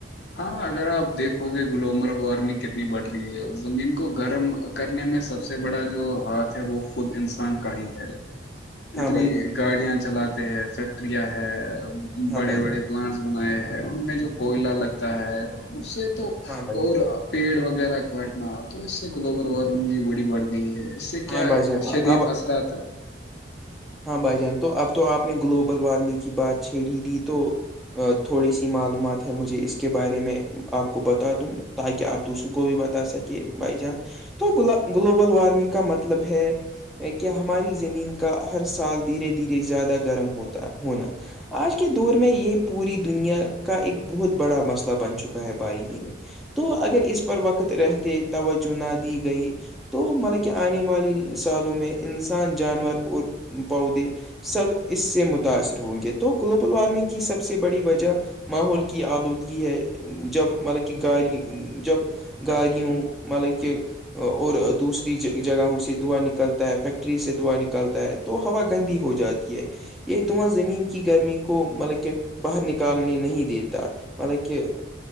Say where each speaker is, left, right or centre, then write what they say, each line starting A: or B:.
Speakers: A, on the left (about 60°); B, in the centre.
A: ہاں اگر آپ دیکھو گے گلوبل وارمنگ کتنی بڑھ رہی ہے زمین کو گرم کرنے میں سب سے بڑا جو ہاتھ ہے وہ خود انسان کا ہی ہے
B: <inaudible>
A: اتنی
B: جان
A: گاڑیاں چلاتے ہیں فیکٹریاں ہے
B: ہاں
A: بڑے
B: بھائی جان
A: بڑے پلانٹ بنائے ہے ان میں جو کوئلہ لگتا ہے اس سے تو
B: ہاں بھائی جان
A: اور پیڑ وغیرہ کاٹنا تو اس سے گلوبل وارمنگ بھی بڑی بڑ ج اس سے
B: ہاں
A: کیا
B: بھائی جان
A: شدید
B: اب
A: اثرات ہے
B: ہاں بھائی جان تو اب تو آپ نے گلوبل وارمنگ کی بات چھیڑی دی تو تھوڑی سی معلومات ہے مجھے اس کے بارے میں آپ کو بتا دوں تاکہ آپ دوسروں کو بھی بتا سکے بھائی جان تو گلوبل وارم کا مطلب ہے <inaudible> کیا ہماری زمین کا ہر سال دھیرے دھیرے زیادہ گرم ہوتا ہونا آج کے دور میں یہ پوری دنیا کا ایک بہت بڑا مسئلہ بن چکا ہے بھائی میرے تو اگر اس پر وقت رہتے توجہ نہ دی گئی تو مطل کہ آنے والی سالوں میں انسان جانور اور پودے سب اس سے متاثر ہوں گے تو گلوبل وارمنگ کی سب سے بڑی وجہ ماحول کی آلودگی ہے جب مطلب کہ گاڑ جب گاڑوں مطلب کہ اور دوسر جگہوں سے دعا نکلتا ہے فیکٹری سے دعا نکلتا ہے تو ہوا گندی ہو جاتی ہے یہ دماں زمین کی گرمی کو مطلب کہ باہر نکالنے نہیں دیتے مل کہ <inaudible>